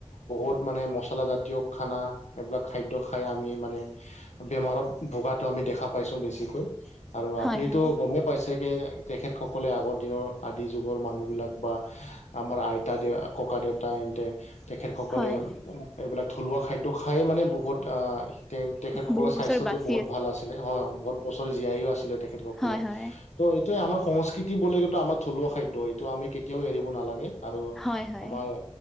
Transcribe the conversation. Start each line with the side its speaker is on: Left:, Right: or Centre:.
Left: বহুত মানে মচলা জাতীয় খানা এইবিলাক খাদ্য খাই আমি মানে বেমাৰত ভোগাটো আমি দেখা পাইছো বেছিকৈ আৰু আপুনিতো
Centre: হয় হয়
Left: গমেই পাইছে <unintelligible> তেখেতসকলে আগৰ দিনৰ আদি যুগৰ মানুহবিলাক বা আমাৰ আইতা দে ককা দেউতা ইহঁতে তেখেতসকলে
Centre: হয়
Left: এইবিলাক থলুৱা খাদ্য খায়ে মানে বহুত আহ তে তেখেতসকলৰ
Centre: বহু
Left: স্বাস্থ্যটো
Centre: বছৰ বাচি
Left: বহুত ভাল আছিলে হয় বহুত বছৰ জীয়াইয়ো আছিলে তেখেতসকলে
Centre: হয় হয়
Left: ত' এইটোয়ে আমাৰ সংস্কৃতি বুলি এইটো আমাৰ থলুৱা খাদ্য এইটো আমি কেতিয়াও এৰিব নালাগে আৰু
Centre: হয় হয়
Left: আমাৰ